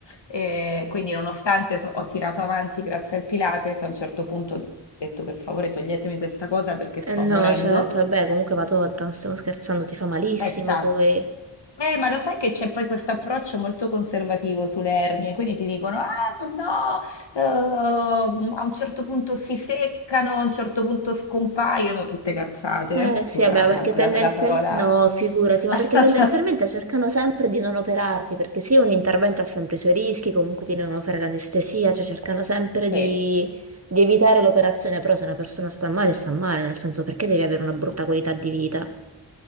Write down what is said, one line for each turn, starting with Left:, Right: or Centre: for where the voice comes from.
Left: E quindi, nonostante so- ho tirato avanti grazie al Pilates, a un certo punto ho detto per favore toglietemi questa cosa perché sto
Right: Eh no,
Left: morendo.
Right: certo, vabbè, comunque va tolta, non stiamo scherzando, ti fa malissimo
Left: È stato
Right: poi.
Left: eh, ma lo sai che c'è poi questo approccio molto conservativo sulle ernie, quindi ti dicono, ah, ma no, eh, a un certo punto si seccano, a un certo punto scompaiono, tutte cazzate.
Right: Eh
Left: Scusa
Right: sì, vabbè, perché
Left: la,
Right: tendenzialmente...
Left: la- la parola.
Right: No, figurati, ma
Left: <laughs>
Right: perché tendenzialmente cercano sempre di non operarti, perché sì, un intervento ha sempre i suoi rischi, comunque ti devono fare l'anestesia, cioè cercano sempre
Left: Sì.
Right: di, di evitare l'operazione, però se una persona sta male, sta male, nel senso perché devi avere una brutta qualità di vita?